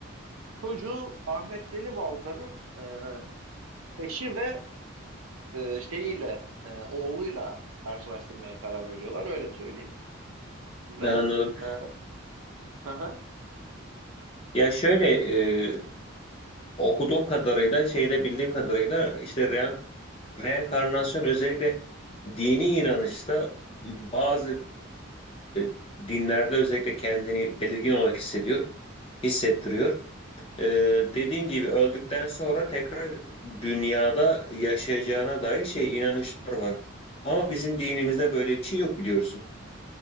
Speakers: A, on the right; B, on the left.
A: çocuğu Ahmet Deli Balta'nın e, eşi ve e, şeyiyle, e, oğluyla karşılaştırmaya karar veriyorlar öyle söyleyeyim. Ve
B: anladım.
A: e, hı hı.
B: Ya şöyle e, Okuduğum kadarıyla, şeyde bildiğim kadarıyla işte reen- reenkarnasyon özellikle dini inanışta bazı e, dinlerde özellikle kendini belirgin olarak hissediyor, hissettiriyor. E, dediğin gibi öldükten sonra tekrar dünyada yaşayacağına dair şey inanışlar var. Ama bizim dinimizde böyle bir şey yok biliyorsun.